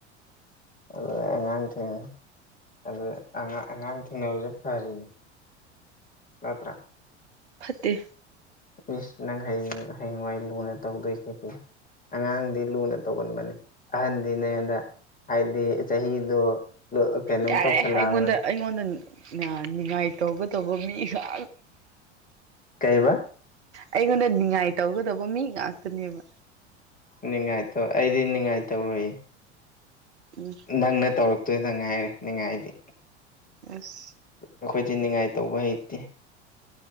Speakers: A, on the left; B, on the right.
A: ꯑꯗꯨꯗ ꯑꯉꯥꯡ ꯊꯦꯡꯅꯩ ꯑꯗꯨ ꯑꯉꯥꯡ ꯊꯦꯡꯅꯕꯁꯦ ꯐꯔꯤꯅꯤ ꯅꯠꯇ꯭ꯔꯥ
B: ꯐꯠꯇꯦ
A: ꯏꯁ ꯅꯪ ꯍꯌꯦꯡ ꯍꯌꯦꯡꯋꯥꯏ ꯂꯨꯅ ꯇꯧꯗꯣꯏꯁꯤꯗꯤ ꯑꯉꯥꯡꯗꯤ ꯂꯨꯅ ꯇꯧꯒꯟꯕꯅꯦ ꯑꯍꯟꯗꯤ ꯅꯪꯉꯣꯟꯗ ꯍꯥꯏꯗꯤ ꯆꯍꯤꯗꯣ ꯀꯩꯅꯣꯝ
B: ꯌꯥꯔꯦ
A: ꯇꯧꯁꯜꯂꯛꯑꯔꯣꯏ
B: ꯑꯩꯉꯣꯟꯗ ꯑꯩꯉꯣꯟꯗ ꯅꯤꯉꯥꯏ ꯇꯧꯒꯗꯧꯕ ꯃꯤꯁꯨ <unintelligible>
A: ꯀꯩꯕ
B: ꯑꯩꯉꯣꯟꯗ ꯅꯤꯉꯥꯏ ꯇꯧꯒꯗꯧꯕ ꯃꯤ ꯉꯥꯛꯇꯅꯦꯕ
A: ꯅꯤꯡꯉꯥꯏ ꯇꯧ ꯑꯩꯗꯤ ꯅꯤꯡꯉꯥꯏ ꯇꯧꯔꯣꯌꯦ
B: ꯎꯝ
A: ꯅꯪꯅ ꯇꯧꯔꯛꯇꯣꯏꯅ ꯉꯥꯏꯔꯦ ꯅꯤꯡꯉꯥꯏꯗꯤ
B: ꯑꯁ
A: ꯑꯩꯈꯣꯏꯗꯤ ꯅꯤꯡꯉꯥꯏ ꯇꯧꯕ ꯍꯩꯇꯦ